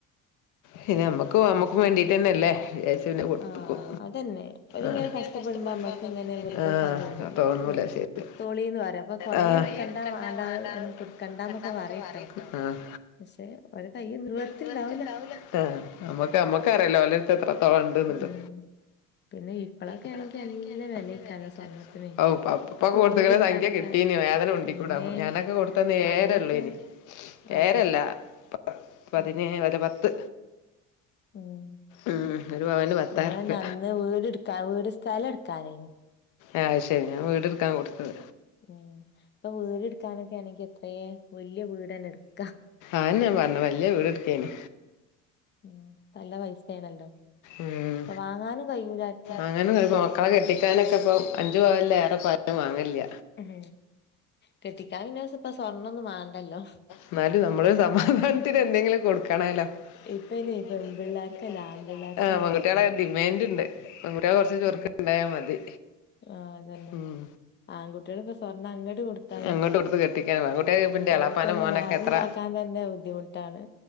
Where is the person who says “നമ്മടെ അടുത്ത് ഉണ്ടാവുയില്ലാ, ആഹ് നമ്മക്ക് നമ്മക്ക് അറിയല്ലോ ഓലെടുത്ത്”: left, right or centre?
Left